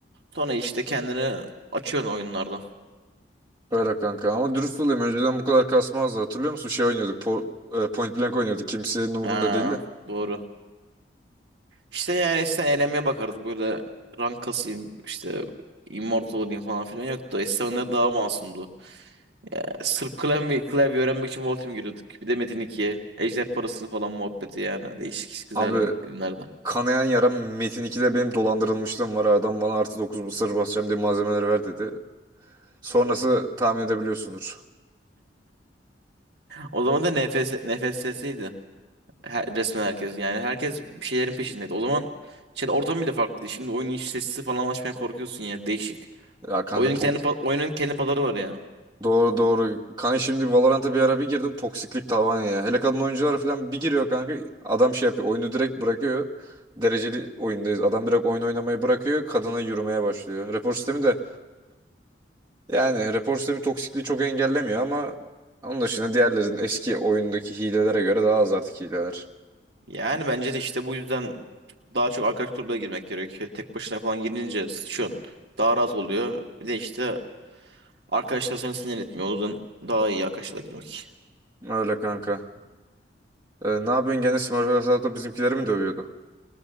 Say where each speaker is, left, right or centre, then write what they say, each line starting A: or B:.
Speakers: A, on the right (about 65°); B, on the right (about 25°).
A: Sonra işte kendini açıyorsun oyunlarda.
B: Öyle kanka ama dürüst olayım. Önceden bu kadar kasmazdı. Hatırlıyor musun? Şey oynuyorduk. po- e, Point Blank oynuyorduk. Kimsenin umurunda
A: Ha,
B: değildi.
A: doğru. İşte yani eskiden eğlenmeye bakardık. Böyle rank kasayım işte immortal olayım falan filan yoktu. Eskiden oyunlar daha masumdu. Ya, Sırf klavye, klavye öğrenmek için Voltim giriyorduk. Bir de Metin 2'ye. Ejder parasını falan muhabbeti yani. Değişik güzel
B: Abi
A: günlerden.
B: Kanayan yaram Metin 2'de benim dolandırılmışlığım var. Adam bana artı 9 mısır basacağım diye malzemeleri ver dedi. Sonrası tahmin edebiliyorsundur.
A: O zaman da NFS, NFS'siydi. Her, resmen herkes. Yani herkes bir şeylerin peşindeydi. O zaman şey, ortam bile farklıydı. Şimdi oyunun iç sesi falan açmaya korkuyorsun yani. Değişik.
B: Ya kanka
A: Oyunun
B: to-
A: kendi, pa- oyunun kendi pazarı var yani.
B: doğru doğru. Kanka şimdi Valorant'a bir ara bir girdim. Toksiklik tavan ya. Hele kadın oyunculara falan bir giriyor kanka. Adam şey yapıyor. Oyunu direkt bırakıyor. Dereceli oyundayız. Adam direkt oyun oynamayı bırakıyor. Kadına yürümeye başlıyor. Rapor sistemi de yani rapor sistemi toksikliği çok engellemiyor ama onun dışında diğerlerin eski oyundaki hilelere göre daha az artık hileler.
A: Yani bence de işte bu yüzden daha çok arkadaş grubuna girmek gerekiyor. Tek başına falan girince sıçıyorsun. Daha rahat oluyor. Bir de işte arkadaşlar seni sinir etmiyor. O yüzden daha iyi arkadaşlarla girmek.
B: Öyle kanka. Ee, ne yapıyorsun gene Smurf hesapta bizimkileri mi dövüyordu?